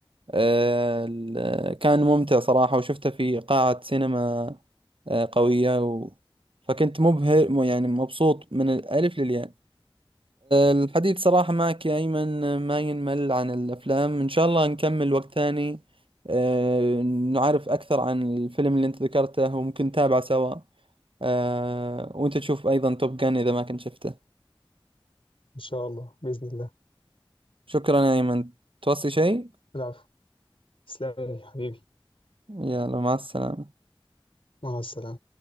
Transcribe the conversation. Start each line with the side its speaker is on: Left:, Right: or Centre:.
Right: آه، ال- كان ممتع صراحة وشفته في قاعة سينما آه، قوية و... فكنت مبهر يعني مبسوط من الألف للياء الحديث صراحة معك يا أيمن ما ينمل عن الأفلام إن شاء الله نكمل وقت ثاني أه، نعرف أكثر عن الفيلم اللي أنت ذكرته وممكن نتابعه سوا أه، وأنت تشوف أيضا توب جان إذا ما كنت شفته
Left: إن شاء الله بإذن الله
Right: شكرا يا أيمن توصي شيء
Left: العفو تسلم لي حبيبي
Right: يلا مع السلامة
Left: مع السلامة